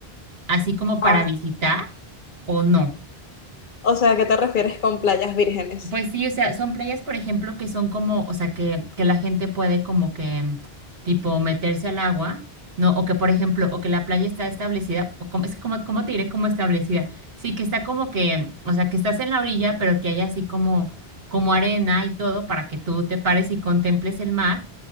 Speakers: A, on the right (about 75°); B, on the left (about 60°).
A: así como para
B: Ah,
A: visitar o no?
B: o sea, ¿a qué te refieres con playas vírgenes?
A: Pues sí, o sea, son playas, por ejemplo, que son como, o sea, que, que la gente puede como que mm, tipo meterse al agua, ¿no? O que, por ejemplo, o que la playa está establecida, o como, es que como, ¿cómo te diré como establecida? Sí, que está como que, mm, o sea, que estás en la orilla, pero que hay así como, como arena y todo para que tú te pares y contemples el mar